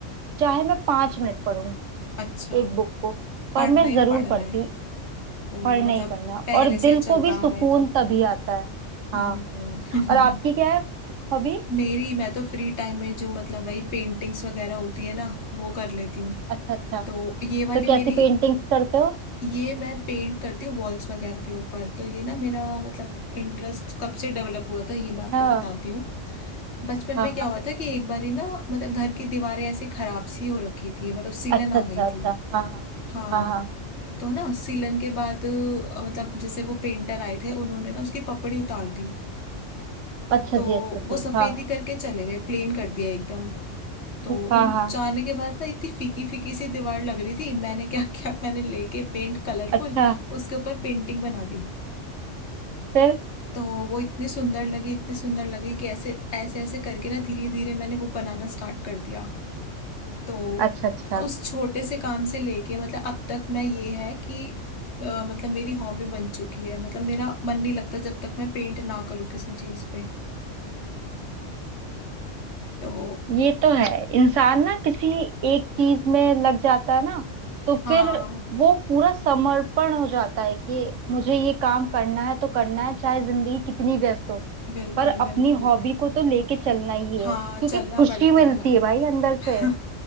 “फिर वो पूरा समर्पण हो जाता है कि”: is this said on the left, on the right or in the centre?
Right